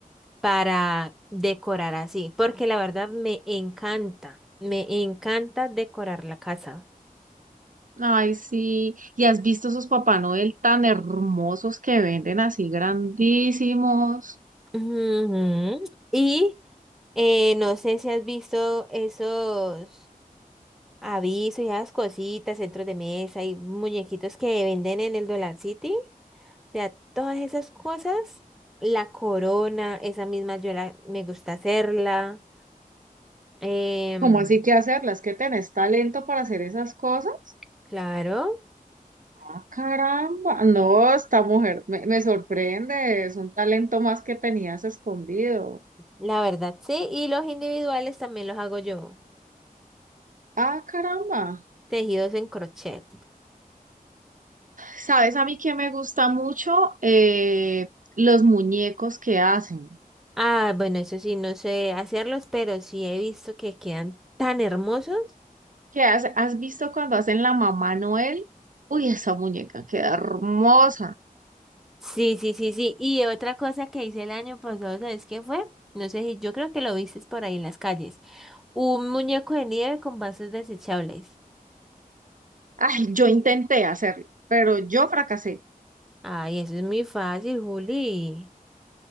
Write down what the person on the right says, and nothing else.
Ay, sí. ¿Y has visto esos Papá Noel tan hermosos que venden así grandísimos?
¿Cómo así que hacerlas? ¿Que tenés talento para hacer esas cosas?
Ah, Caramba, no, esta mujer me, me sorprende, es un talento más que tenías escondido.
Ah, caramba.
¿Sabes a mí que me gusta mucho? Eh, los muñecos que hacen.
¿Qué hace? ¿Has visto cuando hacen la mamá Noel? Uy, esa muñeca queda hermosa.
Ay, yo intenté hacerlo, pero yo fracasé.